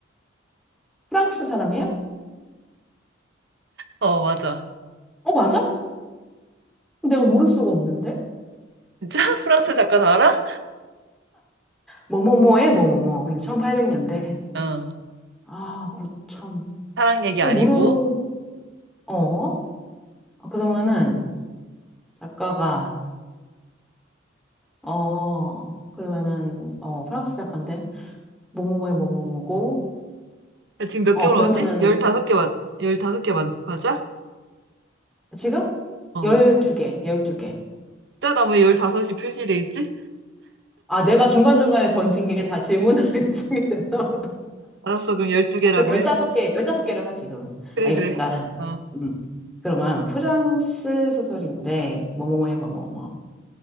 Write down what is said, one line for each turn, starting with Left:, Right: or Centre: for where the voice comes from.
Centre: 프랑스 사람이야?
Right: 어, 맞아.
Centre: 어, 맞아? 내가 모를 수가 없는데?
Right: 진짜? <laughs> 프랑스 작가 다 알아?
Centre: 뭐뭐뭐에 뭐뭐뭐. 근데 1800년대.
Right: 어.
Centre: 아, 고참.
Right: 사랑 얘기
Centre: 이거
Right: 아니고.
Centre: 모르, 어? 아, 그러면은, 작가가, 어, 그러면은, 어, 프랑스 작가인데, 뭐뭐뭐에 뭐뭐뭐고,
Right: 지금 몇
Centre: 어,
Right: 개월
Centre: 그러면은,
Right: 왔지? 15개 맞, 열다섯 개 맞, 맞아?
Centre: 지금?
Right: 어.
Centre: 12개, 12개.
Right: 진짜 나왜 15이 표시돼 있지?
Centre: 아, 내가 중간중간에 던진 게 다 질문으로 <laughs> 인증이 됐나
Right: 알았어, 그럼 12개라고
Centre: 그럼 15개,
Right: 해.
Centre: 15개를 하지, 그럼.
Right: 그래,
Centre: 알겠어.
Right: 그래.
Centre: 나,
Right: 어,
Centre: 음. 그러면 프랑스 소설인데, 뭐뭐뭐에 뭐뭐뭐.